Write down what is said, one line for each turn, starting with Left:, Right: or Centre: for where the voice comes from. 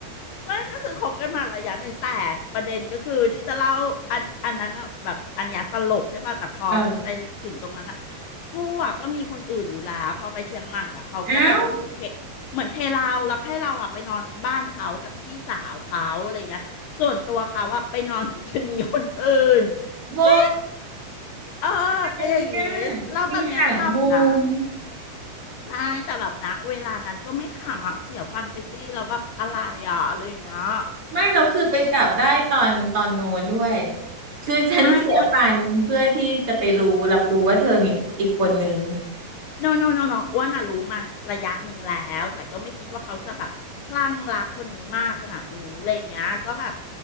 Left: ไม่ก็คือคบกันมาระยะหนึ่งแต่ประเด็นก็คือที่จะเล่าอันอันนั้นอะแบบอันเนี้ยตลกใช่ป่ะแต่พอไปถึงตรงนั้นอะ
Right: เออ
Left: พอะก็มีคนอื่นอยู่แล้วพอไปเชียงใหม่อะเขาก็แบบมันเหมือนเท
Right: เอ้าว
Left: เหมือนเทเราแล้วให้เราอะไปนอนบ้านเขากับพี่สาวเขาอะไรอย่างเงี้ยส่วนตัวเขาอะไปนอนกับชะนีคนอื่น
Right: โบ
Left: เออเป็นอย่างงี้เล่าตอนเนี้ยขำนะ
Right: อะไรเนี่ยมีหางมุม
Left: ใช่แต่แบบนะเวลานั้นก็ไม่ขำอ่ะเสียฟันไปซี่แล้วแบบอะไรอ่ะอะไรอย่างเงี้ย
Right: ไม่เราคือไปจับได้ตอนตอนโน้นด้วย
Left: อืม
Right: คือฉันเสียฟันเพื่อที่จะไปรู้รับรู้ว่าเธอมีอีกคนนึง
Left: ไม่อ้วน โนโนโนโนอ้วนอะรู้มาระยะหนึ่งแล้วแต่ก็ไม่คิดว่าเขาจะแบบคลั่งรักคนนี้มากขนาดนี้อะไรอย่างเงี้ยก็แบบ